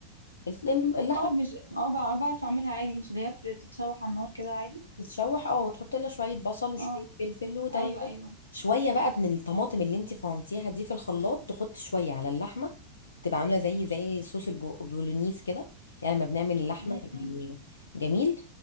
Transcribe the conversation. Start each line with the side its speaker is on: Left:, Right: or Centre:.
Left: الف- اللحمه
Right: اه مش اه بقى- بعرف اعملها عادي مش اللي هي بتتشوح على النار كده عادي
Left: تتشوح اه وتحطي لها شويه بصل وشويه
Right: اه
Left: فلفل وتوابل
Right: ايوه ايوه
Left: شويه بقى من الطماطم اللي انت فرمتيها دي في الخلاط تحطي شويه على اللحمه تبقى عامله زي زي صوص البو- البولونيز كده يعني لما بنعمل اللحمه
Right: امم
Left: يعني جميل